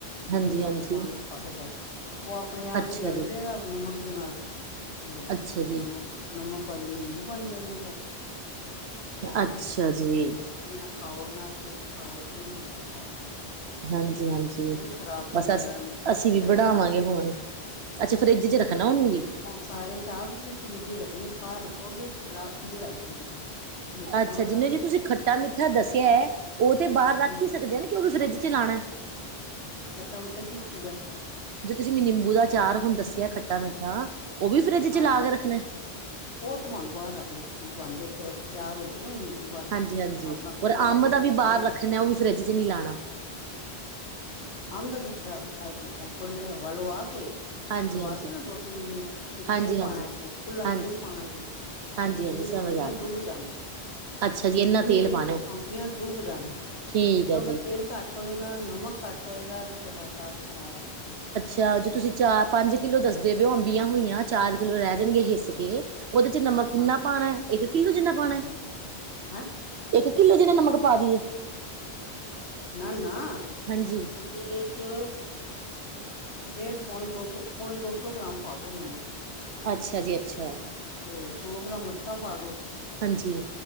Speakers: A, on the right (about 75°); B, on the left (about 85°).
A: ਹਾਂਜੀ,
B: ਤੇ ਮਰਤਬਾਨ
A: ਹਾਂਜੀ
B: ਵਿੱਚ ਪਾ ਦੋ, ਬਸ ਉਹ ਆਪਣੇ ਆਪ
A: ਅੱਛਾ
B: ਹੀ।
A: ਜੀ।
B: ਗਲ ਜੇਗਾਂ ਨਮਕ ਦੇ ਨਾਲ ਤੇ
A: ਅੱਛਾ ਜੀ,
B: ਨਮਕ। ਨਮਕ ਵਾਲੇ ਨਿੰਬੂ ਬਣ ਜਾਣਗੇ ਤੁਹਾਡੇ ਉਹ ਆਪਣਾ।
A: ਅੱਛਾ ਜੀ,
B: ਰੋਟੀ ਨਾ ਖਾਓ, ਨਾਸਤੇ ਚ ਖਾਓ, ਜਿਵੇਂ ਮਰਜ਼ੀ ਖਾਓ ਤੁਸੀਂ।
A: ਹਾਂਜੀ-ਹਾਂਜੀ
B: ਉਹ ਵੀ ਖ਼ਰਾਬ ਨਹੀਂ
A: ਬਸ
B: ਹੋਏਗਾ
A: ਅਸੀ-ਅਸੀਂ
B: ਫਰਿੱਜ ਹੀ
A: ਵੀ
B: ਰੱਖਣਾ
A: ਬਣਾਾਵਾਂਗੇ
B: ਪਰ
A: ਹੁਣ। ਅੱਛਾ ਫਰਿੱਜ ਚ ਰੱਖਣਾ ਉਹਨੂੰ ਵੀ?
B: ਸਾਰੇ ਸਾਲ ਤੁਸੀਂ ਫਰਿੱਜ ਹੀ ਰੱਖਣੇ, ਬਾਹਰ ਰੱਖੋਗੇ ਤੇ ਖਰਾਬ, ਉੱਲੀ ਲੱਗ ਜਾਏਗੀ। ਮਿਰਚਾਂ
A: ਅੱਛਾ
B: ਵਾਲਾ
A: ਜਿਨੇ
B: ਵੀ
A: ਜੇ ਤੁਸੀਂ ਖੱਟਾ ਮਿੱਠਾ ਦੱਸਿਆ, ਉਹ ਤੇ ਬਾਹਰ ਰੱਖ
B: ਹੈਂ
A: ਹੀ ਸਕਦੇ ਆ ਨਾ, ਕਿ ਉਹ ਵੀ ਫਰਿੱਜ ਚ ਲਾਣਾ?
B: ਖੱਟਾ ਮਿੱਠਾ ਕਿਸ ਚੀਜ਼ ਦਾ?
A: ਜੋੇ ਤੁਸੀਂ ਮੈ ਨਿੰਬੂ ਦਾ ਚਾਰ ਹੁਣ ਦੱਸਿਆ ਖੱਟਾ ਮਿੱਠਾ, ਉਹ ਵੀ ਫਰਿੱਜ
B: ਹਾਂ
A: ਚ ਲਾ ਕੇ ਰੱਖਣਾ?
B: ਉਹ ਤੇ ਭਾਵੇਂ ਬਾਹਰ ਰੱਖ ਲੋੋ ਤੁਸੀਂ ਬਣ ਜਾ ਤਿਆਰ ਹੋ ਜਾਵੇ ਨਾਂ ਮਹੀਨੇ ਬਾਅਦ
A: ਹਾਂਜੀ-ਹਾਂਜੀ
B: ਆਪਣਾ ਫਿਰ
A: ਔਰ
B: ਬਾਹਰ
A: ਅੰਬ
B: ਪਿਆ
A: ਦਾ
B: ਰਵੇ
A: ਵੀ
B: ਕੋਈ
A: ਬਾਹਰ
B: ਗੱਲ
A: ਰੱਖਣਾ,
B: ਨਹੀਂ
A: ਉਹ ਵੀ ਫਰਿੱਜ ਚ ਨਹੀ ਲਾਉਣਾ।
B: ਆਮਦਾ <unintelligible> ਥੋੜ੍ਹੀ ਦੇ ਵਾਹ ਆ ਕੇ ਧੁੱਪ
A: ਹਾਂਜੀ,
B: ਲਵਾ
A: ਹਾਂਜੀ,
B: ਕੇ ਨਾ ਦੋ ਤਿੰਨ ਦਿਨ, ਫੇਰ
A: ਹਾਂਜੀ,
B: ਤੇਲ ਪਾਉਣਾ
A: ਹਾਂਜੀ,
B: ਵਿੱਚ ਖੁੱਲਾ
A: ਹਾਂਜੀ,
B: ਤੇਲ ਪਾਉਣਾ ਜੀ।
A: ਹਾਂਜੀ,
B: ਮਤਲਬ ਜਿਹਦੇ
A: ਹਾਂਜੀ ਸਮਝ
B: ਅੰਬੀਆਂ
A: ਆ
B: ਡੁੱਬ
A: ਗਈ।
B: ਜਾਣ।
A: ਅੱਛਾ ਜੀ ਇੰਨਾ
B: ਜੀਹਦੇ
A: ਤੇਲ
B: ਵਿੱਚ
A: ਪਾਣਾ
B: ਅੰਬੀਆਂ ਡੁੱਬ ਜਾਣ
A: ਠੀਕ
B: ਕਿ
A: ਹੈ
B: ਅਗਰ
A: ਜੀ।
B: ਤੇਲ ਘੱਟ। ਘੱਟ ਹੋਏਗਾ, ਨਮਕ ਘੱਟ ਹੋਏਗਾ ਤੇ ਤੁਹਾਡਾ ਅਚਾਰ ਖਰਾਬ ਹੋ ਜਾਵੇਗਾ ਸਾਡਾ।
A: ਅਚਾਰ ਜੋੇ ਤੁਸੀਂ ਚਾਰ ਪੰਜ ਕਿੱਲੋ ਦੱਸਦੇ ਪਏ ਓ ਅੰਬੀਆਂ ਹੋਈਆਂ ਚਾਰ ਕਿੱਲੋ ਰਹਿ ਜਾਣਗੇ ਹਿਸ ਕੇ। ਉਹਦੇ ਚ ਨਮਕ ਕਿੰਨਾ
B: ਹਾਂ
A: ਪਾਉਣਾ? ਇੱਕ ਕਿੱਲੋ ਜਿੰਨਾ ਪਾਉਣਾ?
B: ਨ ਹੈਂ
A: ਇੱਕ ਕਿੱਲੋ ਜਿੰਨਾ ਨਮਕ ਪਾ ਦੀਏ?
B: ਨਾ-ਨਾ
A: ਹਾਂਜੀ
B: ਤੁਸੀਂ ਉਹਦੇ ਚ। ਡੇਢ ਪੌਣੇ ਦੋ ਸੌ-ਪੌਣੇ ਦੋ ਸੌ ਗ੍ਰਾਮ ਪਾ ਦਿਉ ਨਮਕ।
A: ਅੱਛਾ ਜੀ ਅੱਛਾ।
B: ਤੇ, ਸੌ ਗ੍ਰਾਮ ਮਿਰਚਾਂ ਪਾ ਦੋ।
A: ਹਾਂਜੀ।